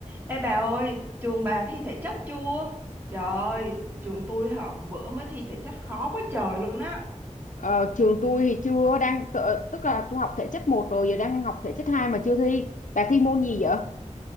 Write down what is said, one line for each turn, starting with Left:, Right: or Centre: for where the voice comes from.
Right: Ê bà ơi, trường bà thi thể chất chưa? Trời ơi, trường tôi hả bữa mới thi thể chất khó quá trời luôn á.
Left: Ờ, trường tôi thì chưa đang tự- tức là tôi học thể chất một rồi giờ đang học thể chất 2 mà chưa thi bà thi môn gì vậy